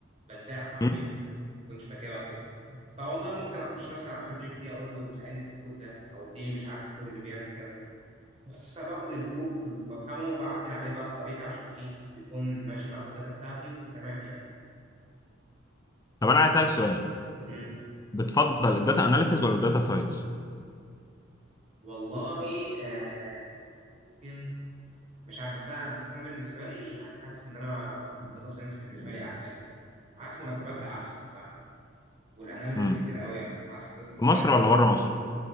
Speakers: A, on the right; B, on the left.
A: بنساها حرفيا
B: مم؟
A: ما كنتش فاكرها وكده فوالله ممكن اخش مثلا على شات جي بي تي اقول له ساعدني في الكود ده او اديني مش عارف الكود اللي بيعمل كذا بس فباخد الكود وبفهمه وبعدل عليه بقى بطريقتي عشان ايه يكون ماشي مع الداتا بتاعتي وتمام يعني
B: طب انا عايز اسألك سؤال
A: مم.
B: بتفضل الداتا اناليسيز ولا الداتا ساينس
A: والله آه، ممكن مش عارف بس انا بس انا بالنسبه لي يعني حاسس ان انا الداتا ساينس بالنسبه لي احلى حاسس مرتباتها احسن ف... والاناليزيز
B: امم
A: كتير قوي يعني حاسس الداتا
B: في
A: ساينس
B: مصر ولا بره مصر